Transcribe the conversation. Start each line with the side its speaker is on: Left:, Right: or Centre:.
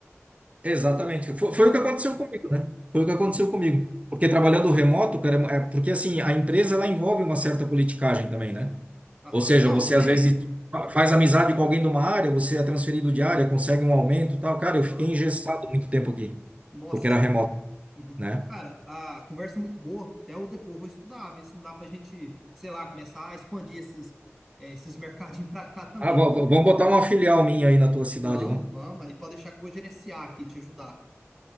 Right: exatamente. Foi,
Centre: Então,
Right: foi o que aconteceu comigo, né? Foi o que aconteceu
Centre: ah,
Right: comigo. Porque trabalhando remoto, cara, é é, porque assim, a empresa ela envolve uma certa politicagem também,
Centre: uhum,
Right: né?
Centre: aham.
Right: Ou seja,
Centre: Não,
Right: você
Centre: tem.
Right: às vezes fa- faz amizade com alguém de uma área, você é transferido de área, consegue um aumento, e tal. Cara,
Centre: Aham.
Right: eu fiquei engessado muito tempo aqui,
Centre: Nossa
Right: porque era
Centre: senhora.
Right: remoto,
Centre: Uhum.
Right: né?
Centre: Cara, a conversa é muito boa. Até eu depois vou estudar, ver se não dá pra gente, sei lá, começar a expandir esses, eh, esses mercadinhos pra cá também.
Right: Ah, v- v- vamos botar uma filial minha aí na tua cidade,
Centre: Vamos,
Right: vamos.
Centre: vamos. Aí pode deixar que eu vou gerenciar aqui, te ajudar.